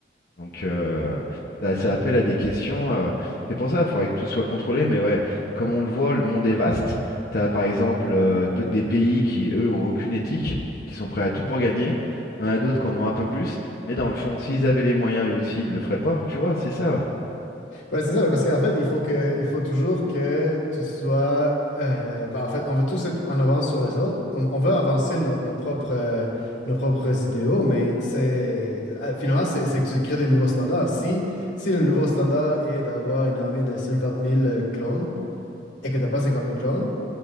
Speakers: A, on the left (about 55°); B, on the left (about 85°).
A: Donc, euh, ça, ça appelle à des questions. euh, c'est pour ça, il faudrait que tout soit contrôlé. Mais ouais, comme on le voit, le monde est vaste. Tu as par exemple euh, d'autres des pays qui, eux, ont aucune éthique, qui sont prêts à tout pour gagner. Il y en a d'autres qui en ont un peu plus. Mais dans le fond, s'ils avaient les moyens, eux aussi, ils le feraient pas. Tu vois, c'est ça.
B: Ouais, c'est ça, là, parce qu'en fait, il faut que il faut toujours que tu sois euh, bah, en fait, on veut tous être en avance sur les autres. On, on veut avancer nos, nos propres euh, nos propres idéaux, mais c'est euh, finalement c'est c'est que tu crées des nouveaux standards. Si si le nouveau standard est d'avoir une armée de cinquante mille euh, clones et que t'as pas cinquante mille clones,